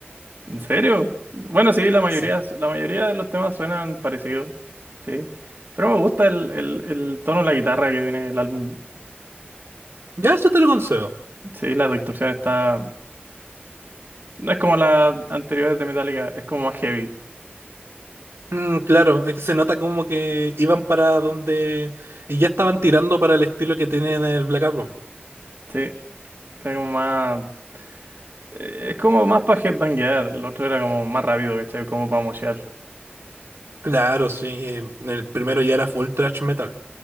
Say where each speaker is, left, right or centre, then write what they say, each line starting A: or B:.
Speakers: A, on the right; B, on the right.
A: ¿En serio? Bueno, sí, la mayoría,
B: Sí.
A: la mayoría de los temas suenan parecidos, sí. Pero me gusta el, el, el tono de la guitarra que tiene el álbum.
B: Ya eso te lo concedo.
A: Sí, la distorsión está... No es como las anteriores de Metallica, es como más heavy.
B: Mm, claro, es que se nota como que iban para donde... Y ya estaban tirando para el estilo que tienen el Black Album.
A: Sí, era como más. eh, Es como más para headbanguear. El otro era como más rápido, ¿cachai? Como para moshear.
B: Claro, sí. eh, el primero ya era full thrash metal.